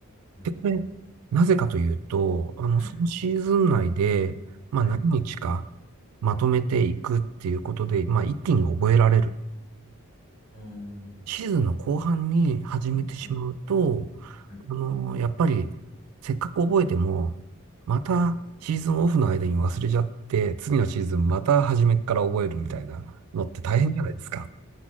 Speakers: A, on the left; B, on the right.
A: これ様。
B: で、これ、なぜかというと、あの、
A: はい。
B: そのシーズン内で、まあ、
A: はい。
B: 何日かまとめていくっていうことで、まあ、一気に覚えられる。
A: ああ、ん
B: シーズンの後半に始めてしまうと、
A: はい。はい
B: あの、やっぱり、せっかく覚えても、またシーズンオフの間に忘れちゃって、
A: うん、
B: 次のシーズンまた初めから覚えるみたいなのって大変じゃないですか。
A: あ